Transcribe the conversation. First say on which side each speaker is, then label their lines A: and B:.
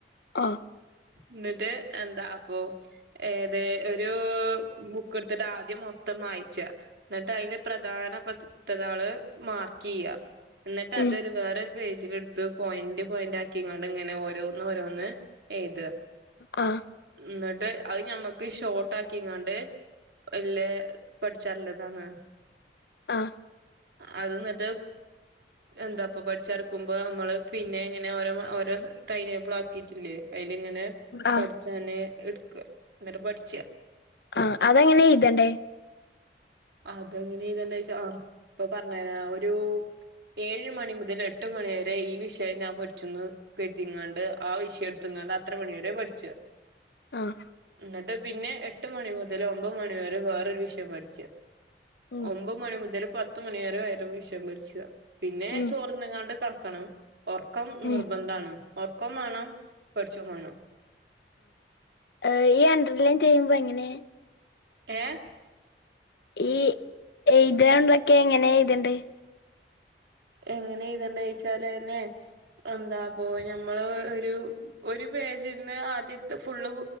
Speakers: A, on the left; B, on the right.
A: ആ
B: എന്നിട്ട് എന്താ അപ്പൊ ഏത് ഒരു ബുക്കെടുത്തിട്ട് ആദ്യം മൊത്തം വായിച്ച എന്നിട്ട് അതില് പ്രധാന പതങ്ങള് മാർക്കെയ്യ എന്നിട്ട് അതൊരു
A: ഉം
B: വേറെരു പേജില എടുത്ത് പോയിന്റ് പോയിന്റ് ആക്കിങ്ങണ്ട് ഇങ്ങനെ ഓരോന്ന് ഓരോന്ന് എഴുത
A: ആ
B: ന്നിട്ട് അയ് ഞമ്മക്ക് ഷോട്ട് ആക്കിക്കാണ്ട് വല്ലേ പഠിച്ചാൻ ള്ളതാണ്
A: ആഹ്
B: അത് എന്നിട്ട് എന്താപ്പൊ പഠിച്ചിറക്കുമ്പോ നമ്മള് പിന്നെങ്ങനെ ഓരോ ടൈംടേബിൾ ആക്കിട്ടില്ലേ അതി ഇങ്ങനെ
A: ആഹ്
B: തനിയെ എടുക്ക എന്നിട്ട് പഠിച്ച
A: ആ അതെങ്ങനെയ എയ്തേണ്ടേ
B: അതെങ്ങനെ ഇതെന്താച്ചാ ആ ഇപ്പൊ പറഞ്ഞര ഒരു ഏഴ് മണി മുതൽ എട്ട് മണി വരെ ഈ വിഷയം ഞാൻ പഠിച്ചുന്നു കറ്റിങ്ങാണ്ട് ആ വിഷയം എടുത്തങ്ങാണ്ട് അത്ര മണിയ വരെ പഠിച്ചു
A: ആഹ്
B: എന്നിട്ട് പിന്നെ എട്ട് മണി മുതൽ ഒമ്പത് മണി വരെ വേറരു വിഷയം പഠിക്കുക.
A: ഉം
B: ഒമ്പ് മണി മുതൽ പത്ത് മണി വരെ ഒരു വിഷയം പഠിച്ച. പിന്നെ
A: ഉം
B: ചോറിന്ന്ങ്ങാണ്ട് കടക്കണം ഒർക്കം നിർബന്ധമാണ്.
A: ഉം
B: ഉറക്കം വേണം പഠിച്ചും വേണം.
A: ആ ഈ അണ്ടർ ലൈൻ ചെയ്യുമ്പോ എങ്ങനെ
B: ഏഹ്
A: ഈ എഴുതാൻ ഉള്ളദോക്കെ എങ്ങനെ എഴുതണ്ടേ?
B: എങ്ങനെ എഴുത്ത്ണ്ടേ ചോയ്ചാൽന്നെ എന്താ പോ ഞമ്മള് ഒരു ഒരു പേജിന്ന് ആദ്യത്തെ ഫുള്ള്